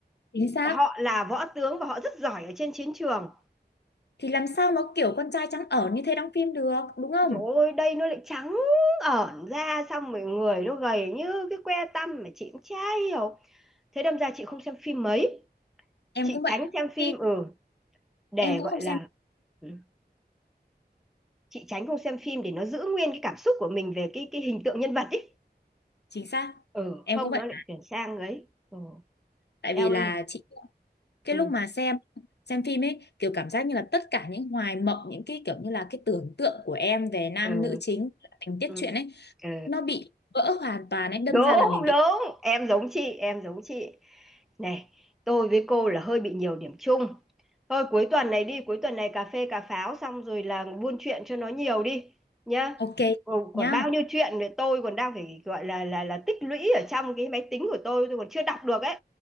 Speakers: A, on the left; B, in the centre.
A: chính xác.
B: họ là võ tướng và họ rất giỏi ở trên chiến trường
A: Thì làm sao mà kiểu con trai trắng ở như thế đóng phim được, đúng không?
B: rồi ôi đây nó lại trắng ẩn ra xong rồi người nó gầy như cái que tăm mà chị cũng chả hiểu thế đâm ra chị không xem phim mấy
A: Em
B: chị
A: cũng vậy.
B: tránh xem phim
A: Khi
B: ừ để
A: Em cũng
B: gọi
A: không xem
B: là ừ, chị tránh không xem phim để nó giữ nguyên cái cảm xúc của mình về cái cái hình tượng nhân vật ấy
A: chính xác
B: ừ
A: em
B: không
A: cũng vậy
B: nó lại chuyển sang ấy ừ
A: tại
B: eo
A: vì là
B: ơi
A: chị cái
B: ừ
A: lúc mà xem xem phim ấy kiểu cảm giác như là tất cả những hoài mộng những cái kiểu như là cái tưởng tượng của em về nam
B: ừ
A: nữ chính tình tiết
B: ừ
A: truyện ấy
B: ừ
A: nó bị vỡ hoàn toàn ấy đâm
B: đúng
A: ra là mình bị
B: đúng em giống chị em giống chị Này, tôi với cô là hơi bị nhiều điểm chung. Thôi cuối tuần này đi, cuối tuần này cà phê cà pháo xong rồi là buôn chuyện cho nó nhiều đi nhá.
A: ok
B: Còn,
A: chị nhá
B: còn bao nhiêu chuyện nữa tôi còn đang phải gọi là là là tích lũy ở trong cái máy tính của tôi, tôi còn chưa đọc được ấy.